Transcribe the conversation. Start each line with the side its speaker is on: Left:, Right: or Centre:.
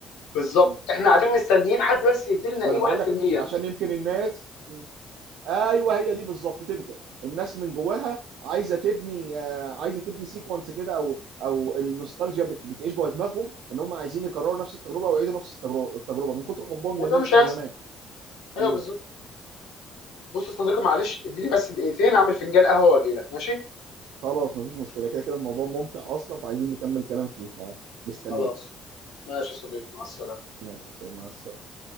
Left: بالظبط
Right: مم.
Left: احنا قاعدين مستنيين حد بس يديلنا
Right: ما
Left: ايه
Right: انا
Left: 1%
Right: بقول لك عشان يمكن الناس ايوه هي دي بالظبط تيبيكال الناس من جواها عايزه تبني آه، عايزه تبني سيكونس كده او او النوستالجيا بت- بتعيش جوه دماغهم ان هم عايزين يكرروا نفس التجربه ويعيدوا نفس التجربه التجربه من كتر حبهم
Left: وده
Right: للناس
Left: مش
Right: بتوع
Left: هيحصل
Right: زمان
Left: ايوه
Right: مم.
Left: بالظبط بص يا صديقي معلش اديني بس دقيقتين اعمل فنجان قهوه واجي لك ماشي
Right: خلاص مفيش مشكله كده كده الموضوع ممتع اصلا فعايزين نكمل كلام فيه فمستنيك
Left: خلاص ماشي يا صديقي مع السلامه
Right: ماشي يا استاذ مع السلامه